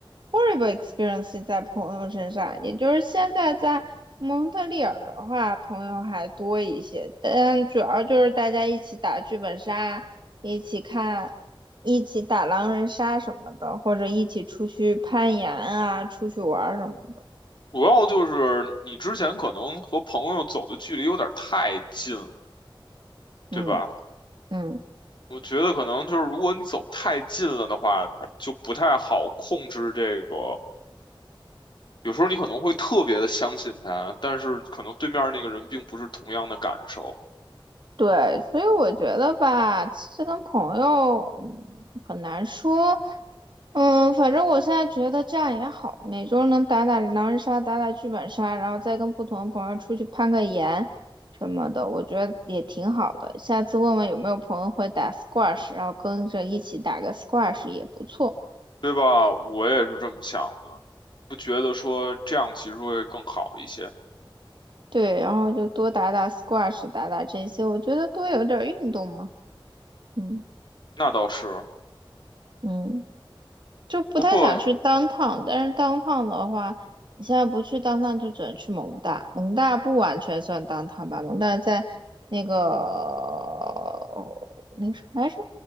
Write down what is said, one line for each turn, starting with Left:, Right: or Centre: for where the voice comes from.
Right: horrible experience 在朋友身上，也就是现在在蒙特利尔的话，朋友还多一些，但主要就是大家一起打剧本杀，一起看，一起打狼人杀什么的，或者一起出去攀岩啊，出去玩儿什么的，
Left: 主要就是你之前可能和朋友走的距离有点太近了，
Right: 嗯
Left: 对吧？
Right: 嗯。
Left: 我觉得可能就是如果你走太近了的话，就不太好控制这个。有时候你可能会特别的相信他，但是可能对面那个人并不是同样的感受，
Right: 对，所以我觉得吧，其实跟朋友，嗯，很难说。嗯，反正我现在觉得这样也好，每周能打打狼人杀，打打剧本杀，然后再跟不同的朋友出去攀个岩什么的，我觉得也挺好的。下次问问有没有朋友会打 squash，然后跟着一起打个 squash 也不错。
Left: 对吧？我也是这么想的，不觉得说这样其实会更好一些。
Right: 对，然后就多打打 squash，打打这些，我觉得多有点儿运动嘛。嗯
Left: 那倒是，
Right: 嗯。就不太想去当趟，
Left: 不过
Right: 但是当趟的话，你现在不去当趟，就只能去蒙大，蒙大不完全算当趟吧，蒙大在那个那个什么来着？